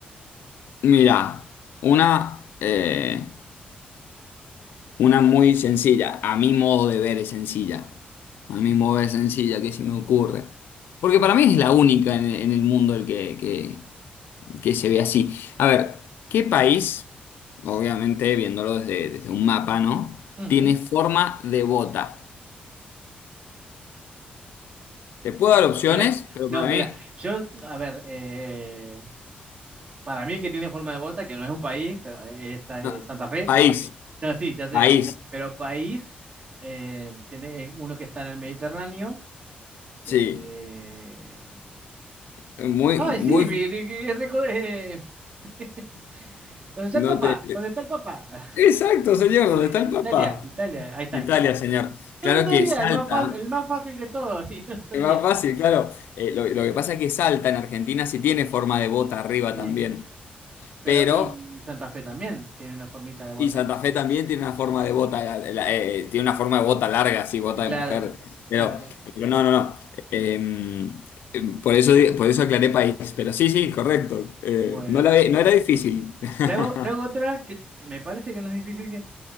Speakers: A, on the left (about 80°); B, on the right (about 35°).
A: Mira, una, eh, una muy sencilla, a mi modo de ver es sencilla, a mi
B: Ujú.
A: modo de ver es sencilla que se me ocurre. Porque para mí es la única en, en el mundo el que, que, que se ve así. A ver, ¿qué país, obviamente viéndolo desde, desde un mapa, ¿no?
B: Ujú.
A: Tiene forma de bota. Te puedo dar opciones,
B: Mira,
A: pero
B: no,
A: para
B: mira,
A: mí,
B: yo, a ver, eh, para mí el que tiene forma de bota, que no es un país, pero es, eh,
A: no.
B: Santa Fe,
A: País,
B: <laughs> no, sí, ya sé,
A: país,
B: pero país, eh, tiene uno que está en el Mediterráneo.
A: sí.
B: eh,
A: Muy,
B: Ay,
A: muy,
B: sí, vi- vi- vi- reco- eh, <laughs> ¿Dónde está
A: no
B: el papá?
A: te...
B: ¿Dónde está el papá? <laughs>
A: Exacto, señor,
B: Eh,
A: ¿dónde está el papá?
B: Italia, Italia, ahí está
A: Italia,
B: Italia.
A: señor.
B: No
A: Claro
B: me salía,
A: que Salta,
B: el más, fa- el más fácil de todos, <laughs> y no me salía.
A: es más fácil, claro. Eh, lo, lo que pasa es que Salta en Argentina sí tiene forma de bota arriba
B: Sí,
A: también,
B: pero
A: pero,
B: y Santa Fe también tiene una formita de bota.
A: y Santa Fe también tiene una forma de bota, la- la- eh, tiene una forma de bota larga, sí, bota
B: Sí, claro,
A: de mujer, pero,
B: claro, claro.
A: pero no, no, no. Eh, eh, por eso, di- por eso aclaré país, pero sí, sí, correcto. Eh,
B: Bueno,
A: no la ve- no era difícil. <laughs>
B: te hago, te hago otra que me parece que no es difícil, que,